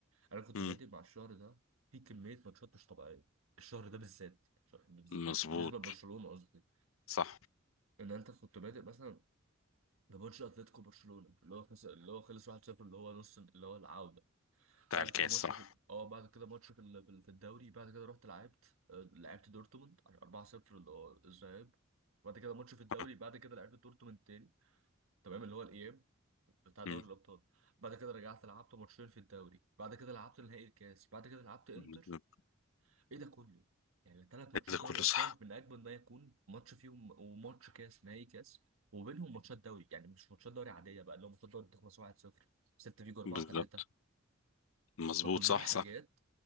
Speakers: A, on the right (about 80°); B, on the left (about 75°).
A: انا كنت
B: مم.
A: بادئ مع الشهر ده في كميه ماتشات مش طبيعيه الشهر ده بالذات ش- بالز- بالنسبه
B: مظبوط
A: لبرشلونه قصدي
B: صح
A: ان انت كنت بادئ مثلا بماتش اتلتيكو برشلونه اللي هو خلص اللي هو خلص 1-0 اللي هو نص اللي هو العوده
B: بتاع
A: بعد
B: الكاس
A: كده ماتش
B: صح
A: في اه بعد كده ماتش في ال- في ال- في الدوري بعد كده رحت لعبت آه، لعبت دورتموند 4-0 اللي هو الذهاب بعد كده ماتش
B: <laughs>
A: في الدوري بعد كده لعبت دورتموند تاني تمام اللي هو الاياب بتاع دوري
B: مم.
A: الابطال بعد كده رجعت لعبت ماتشين في الدوري بعد كده لعبت نهائي الكاس بعد كده لعبت انتر
B: بالظبط
A: ايه ده كله يعني ثلاث ماتشات
B: ده
A: دوري
B: كله
A: ابطال
B: صح
A: من اجمل ما يكون ماتش فيهم وماتش كاس نهائي كاس وبينهم ماتشات دوري يعني مش ماتشات دوري عاديه بقى اللي هو ماتشات دوري بتخلص 1-0 6 فيجو 4-3
B: بالظبط مظبوط
A: فكلها
B: صح
A: حاجات
B: صح